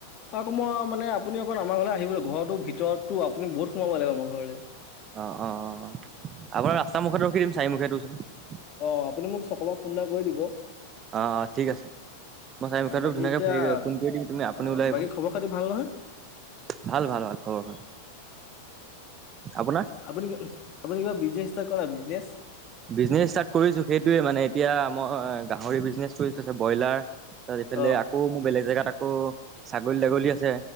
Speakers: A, on the left; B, on the right.
A: আকৌ মই মানে আপুনি অকণ আমাৰ ঘৰলৈ আহিব লাগিব ঘৰটো ভিতৰততো আপুনি বহুত সোমাব লাগিব আমাৰ ঘৰলে
B: অহ -অহ-অহ আপোনাৰ ৰাস্তা মুখত ৰখি দিম চাৰি মুখীয়াটোৰ ওচৰত।
A: অহ, আপুনি মোক চকৰ পা ফোন এটা কৰি দিব।
B: অহ, ঠিক আছে। মই চাৰিমুখীয়াটোত
A: অ' বাকী
B: ধুনীয়াকে
A: এতিয়া
B: ফোন কৰি দিম তুমি আপুনি
A: অ'
B: ওলাই আহিব।
A: বাকী খবৰ খাতি ভাল নহয়
B: ভাল- ভাল- ভাল খবৰ ভাল। আপোনাৰ?
A: আপুনি কিবা - আপুনি কিবা বিজনেজ ষ্টাৰ্ট কৰা বিজনেছ
B: বিজনেচ ষ্টাৰ্ট কৰিছো সেইটোয়ে মানে এতিয়া মই গাহৰি বিজনেছ খুলি থৈছে ব্ৰইলাৰ তাত এইফালে
A: অ'
B: আকৌ মোৰ বেলেগ জেগাত আকৌ ছাগলী- তাগলী আছে।